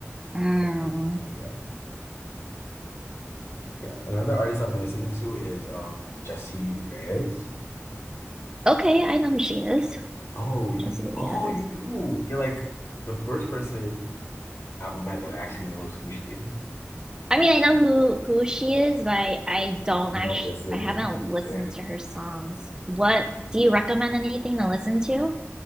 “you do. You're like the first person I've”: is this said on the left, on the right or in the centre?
Left